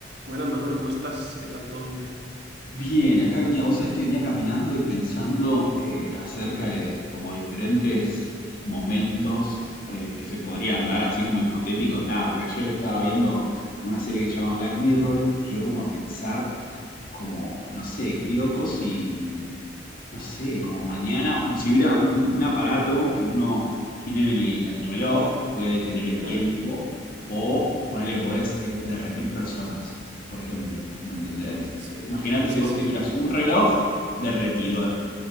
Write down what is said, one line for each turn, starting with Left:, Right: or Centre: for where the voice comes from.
Right: Buenas, Manuel, ¿cómo estás? ¿Qué tal todo, hombre?
Left: Bien, acá venía, vos sabés que venía caminando y pensando eh, acerca de como diferentes momentos eh, que se podrían dar, así como hipotéticos. Nada, porque ayer estaba viendo una serie que se llama Black Mirror y me dio como a pensar como, no sé, qué loco si, no sé, como mañana, o como si hubiera un, un aparato que uno tiene en el, en el reloj, puede tener el tiempo,
Right: Hmm,
Left: o ponele, podés eh, derretir personas, por ejemplo, ¿me entendés?
Right: Sí,
Left: Imagínate si
Right: sí,
Left: vos
Right: sí.
Left: tuvieras un reloj derretidor,